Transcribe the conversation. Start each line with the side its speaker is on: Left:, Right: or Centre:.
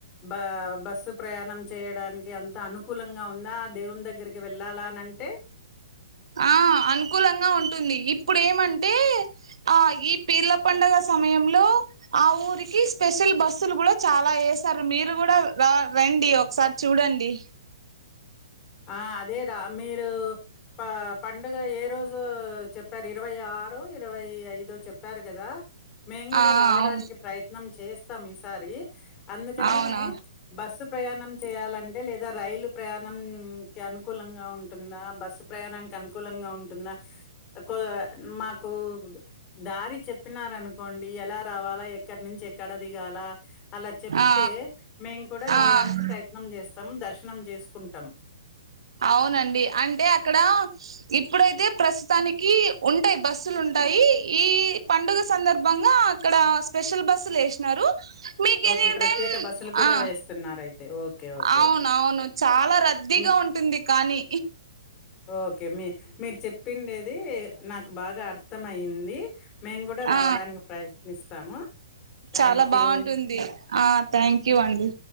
Left: బ బస్సు ప్రయాణం చేయడానికి అంత అనుకూలంగా ఉంది నా దేవుని దగ్గరికి వెళ్ళాలా అని అంటే
Right: ఆ అనుకూలంగా ఉంటుంది ఇప్పుడు ఏమంటే ఆ ఈ పీర్ల పండుగ సమయంలో ఆ ఊరికి స్పెషల్ బస్సులు కూడా చాలా వేసారు మీరు కూడా రా రండి ఒకసారి చూడండి
Left: ఆ అదే రా మీరు ప పండుగ ఏ రోజు చెప్పారు ఇరవై ఆరు ఆరో ఇరవై ఐదో చెప్ప చెప్పారు కదా మేము కూడా
Right: ఆ
Left: రావడానికి
Right: అవును
Left: ప్రయత్నం చేస్తాం ఈసారి అందుకనే
Right: అవునవును
Left: బస్సు ప్రయాణం చేయాలంటే లేదా రైలు ప్రయాణం అనుకూలంగా ఉంటుందా బస్సు ప్రయాణానికి అనుకూలంగా ఉంటుందా కో మా కు దారి చెప్పినార అనుకోండి ఎలా రావాలా ఎక్కడి నుంచి ఎక్కడ దిగాల అలా చెప్తే
Right: ఆ
Left: మేము కూడా రావడానికి
Right: ఆ
Left: ప్రయత్నం చేస్తాం దర్శనం చేసుకుంటాం
Right: అవునండి అంటే అక్కడ ఇప్పుడైతే ప్రస్తుతానికి ఉంటాయి బస్సులు ఉంటాయి ఈ పండుగ సందర్భంగా అక్కడ స్పెషల్ బస్సులు వేసినారు మీకు
Left: ఓకే
Right: ఎనీ
Left: ప్రత్యేక
Right: టైం
Left: బస్సులు కూడా
Right: ఆ
Left: వేస్తున్నారు అయితే ఓకే ఓకే
Right: అవును అవును చాలా రద్దీగా
Left: మే
Right: ఉంటుంది కానీ
Left: ఓకే మీ మీరు చెప్పిండేది నాకు బాగా అర్థంమయింది మేము కూడా రావడానికి
Right: ఆ
Left: ప్రయత్నిస్తాము
Right: చాలా
Left: థ్యాంక్
Right: బాగుంటుంది
Left: యూ.
Right: ఆ థ్యాంక్ యూ అండి